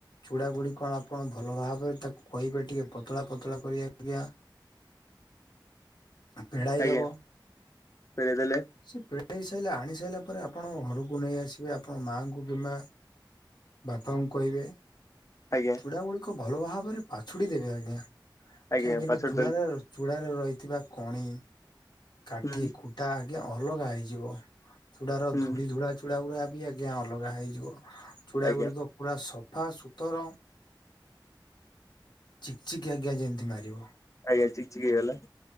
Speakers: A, on the left (about 65°); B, on the left (about 40°).
A: ବୁଢା ବୁଢି କଣ ଆପଣ ଭଲ ଭାବରେ ତାକୁ କହିବେ ଟିକେ ପତଳା ପତଳା କରି ଆଜ୍ଞା। ଆ ପେଡାଇ
B: ଆଜ୍ଞା
A: ଦବ।
B: ଫେରେଇ ଦେଲେ
A: ସେ ପେ ପେଡେଇ ସାଇଲେ ଆଣି ସାଇଲା ପରେ ଆପଣ ଘରକୁ ନେଇ ଆସିବେ ଆପଣ ମାଙ୍କୁ କିମ୍ବା ବାପାଙ୍କୁ କହିବେ।
B: ଆଜ୍ଞା
A: ଚୁଡା ମଳୁଖ ଭଲ ଭାବରେ ପାଛୁଡି ଦେବେ ଆଜ୍ଞା।
B: ଆଜ୍ଞା
A: କାହିଁକିନା
B: ପାଛୋଟି
A: ଚୁଡ଼ାର
B: ଦେଲେ
A: ର ଚ ଚୂଡ଼ାରେ ରହିଥିବା କଣି। କାଠି
B: ହୁଁ
A: ଖୂଟା ଆଜ୍ଞା ଅଲଗା ହେଇଯିବ। ଚୁଡାର ଧୂଳି
B: ହୁଁ
A: ଧୂଳା ଚୁଡ଼ା ଗୁରା ବି ଆଜ୍ଞା ଅଲଗା ହେଇଯିବ। ଚୁଡା
B: ଆଜ୍ଞା
A: ଗୁଡିକ ପୁରା ସପ୍ ସଫା ସୁତର ଚିକ୍ ଚିକ୍ ଆଜ୍ଞା ଯେମିତି ମାରିବ।
B: ଆଜ୍ଞା ଚିକ୍ ଚିିକ୍ ହେଇଗଲା।